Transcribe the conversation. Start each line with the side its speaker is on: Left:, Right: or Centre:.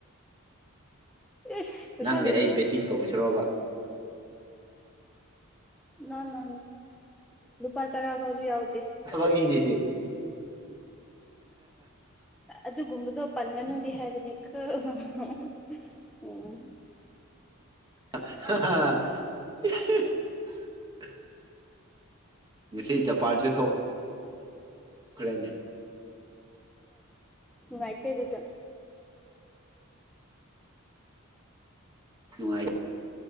Centre: ꯏꯁ ꯄꯩꯁꯥ
Right: ꯅꯪꯗꯤ
Centre: ꯂꯩꯇꯦ
Right: ꯑꯩ ꯕꯦꯠꯇꯤꯡ ꯇꯧꯁꯤꯔꯣꯕ
Centre: ꯅ ꯅ ꯂꯨꯄꯥ ꯆꯔꯥ ꯍꯧꯥꯎꯖꯤ ꯌꯥꯎ
Right: ꯊꯕꯛ ꯃꯤꯅꯦꯁꯦ
Centre: ꯑꯗꯨꯒꯨꯝꯕꯗꯣ ꯄꯟꯒꯅꯨꯗꯤ ꯍꯥꯏꯕꯅꯦ ꯑꯣ ꯎꯝ
Right: <unintelligible> ꯉꯁꯤ ꯖꯄꯥꯟꯁꯨ ꯊꯣꯛ ꯀꯅꯦ
Centre: ꯎꯥꯏꯇꯣꯏ ꯑꯗꯨꯗ
Right: ꯅꯨꯡꯉꯥꯏ